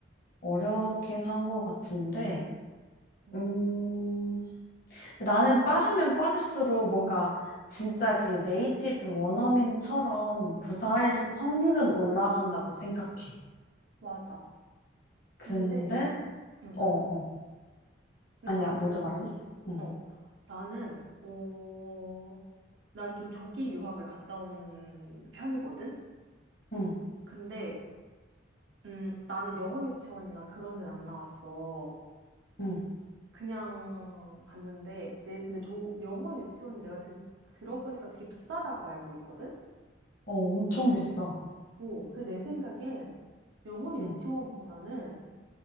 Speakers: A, on the left; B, on the right.
A: 어렵긴 한 것 같은데,
B: 응
A: 음, 나는 빠르면 빠를수록 뭔가 진짜 그 네이티브 원어민처럼 구사할 확률은 올라간다고 생각해.
B: 맞아.
A: 근데,
B: 근데, 응.
A: 어, 어.
B: 근데
A: 아니야,
B: 나는
A: 먼저 말할래? 응,
B: 어, 나는, 어, 난 좀 조기 유학을 갔다 온 편이거든?
A: 응,
B: 근데, 음, 나는 영어 유치원이나 그런 데는 안 나왔어.
A: 응.
B: 그냥 갔는데, 내, 근데 조, 영어 유치원이 내가 드, 들어보니까 되게 비싸다고 알고 있거든?
A: 어, 엄청 비싸.
B: 어, 그래서 내 생각엔 영어 유치원보다는
A: 응,